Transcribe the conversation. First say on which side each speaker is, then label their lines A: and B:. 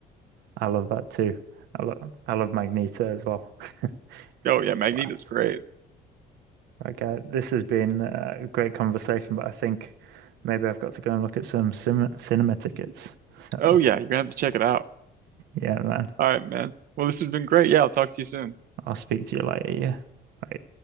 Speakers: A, on the right; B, on the right.
A: I love that too. I love I love Magneto as well.
B: Oh
A: <laughs>
B: yeah, Magneto's
A: Class.
B: great.
A: Okay, this has been uh, a great conversation, but I think maybe I've got to go and look at some cinema, cinema tickets. So,
B: Oh yeah, you're gonna have to check it out.
A: yeah, man,
B: All right, man. Well, this has been great. Yeah, I'll talk to you soon.
A: I'll speak to you later. Yeah. Bye.